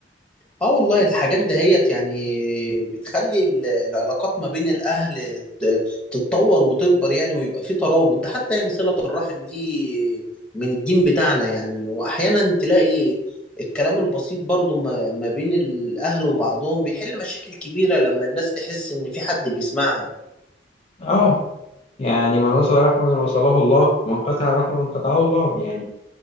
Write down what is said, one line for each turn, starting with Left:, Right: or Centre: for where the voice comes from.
Centre: اه والله الحاجات دهيت يعني بتخلي ال- العلاقات ما بين الاهل ت- تتطور وتكبر يعني ويبقى في ترابط ده حتى يعني صلة الرحم دي من الدين بتاعنا يعني واحيانا تلاقي الكلام البسيط برضو ما ما بين الاهل وبعضهم بيحل مشاكل كبيرة لما الناس تحس ان في حد بيسمعها
Left: آه يعني من وصل رحمة من وصله الله ومن قطع رحمة من قطعه الله يعني